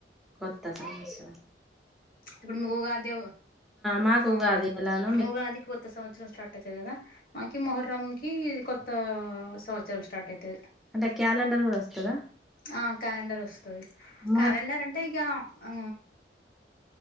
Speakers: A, in the centre; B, on the left (about 50°).
A: కొత్త సస్
B: ఇప్పుడు మకుగా అదే
A: మాకు
B: ఆ
A: ఉగాది ఎలానో మీకు
B: ఇవగా అదిక్ వత్త సంవత్సరం స్టార్ట్ అతదిదా క ముహూర్్రం క కొత్త సంవత్సరం స్టార్ట్ అవుతుంది
A: అంటే క్యాలెండర్ కూడా వస్తదా
B: ఆ క్యాలెండర్ వస్తుంది
A: మొహరం
B: క్యాలెండర్ అంటే ఇక అ